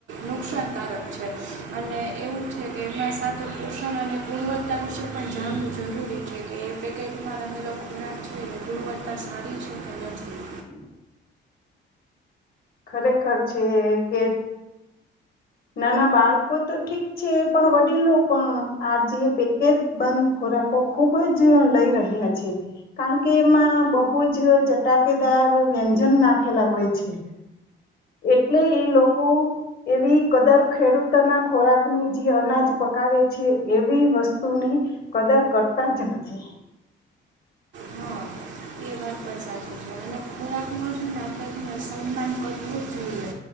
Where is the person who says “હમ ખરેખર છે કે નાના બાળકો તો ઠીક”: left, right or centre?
Left